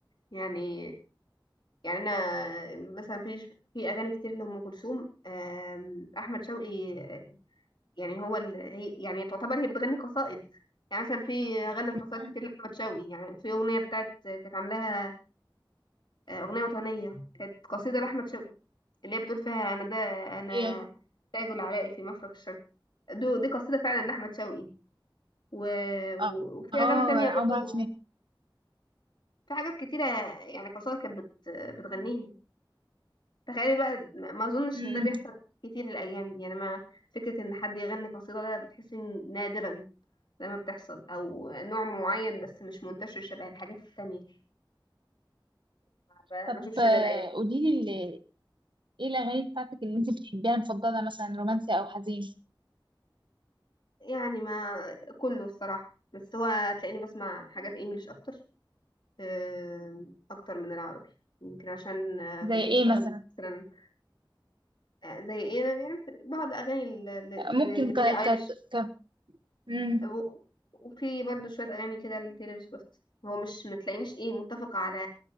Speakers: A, on the left (about 65°); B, on the right (about 70°).
A: يعني يعني أنا مثلا في في أغاني كتير لأم كلثوم آم، أحمد شوقي آه، يعني هو ال... هي يعني تعتبر هي بتغني قصائد يعني مثلا في غنت
B: مم.
A: قصائد كتير لأحمد شوقي يعني في أغنية بتاعت كانت عاملاها آه، أغنية وطنية كانت قصيدة لأحمد شوقي اللي هي بتقول فيها أنا ده أنا
B: هي
A: تاج العلاء في مفرق الشرق دو دي قصيدة فعلا لأحمد شوقي و... و...
B: اه
A: وفي أغاني
B: آه،
A: تانية برضو
B: عمرك
A: في حاجات كتيرة يعني قصائد كانت بت... بتغنيها تخيلي بقى ما ما أظنش
B: منك
A: إن ده بيحصل كتير الأيام دي يعني ما فكرة إن حد يغني قصيدة ده بتحسي إن نادرا لما بتحصل أو نوع معين بس مش منتشر شبه الحاجات التانية ما ما-
B: طب
A: ما أشوفش
B: آه،
A: ده الأيام
B: قولي لي ايه الاغاني بتاعتك اللي انت بتحبيها المفضله مثلا رومانسي او حزين
A: يعني ما كله الصراحة بس هو تلاقيني بسمع حاجات انجليش اكتر آم، اكتر من العربي يمكن عشان آه،
B: زي
A: كنت
B: ايه
A: بشتغل
B: مثلا
A: مثلا آه، زي ايه أنا يعني بعض اغاني ل- ل-
B: ممكن
A: ل- لبيلي
B: ك
A: ايليش
B: ك ك مم.
A: و- وفي برضو شوية اغاني كده لتايلور سويفت هو مش متلاقينيش ايه متفقة على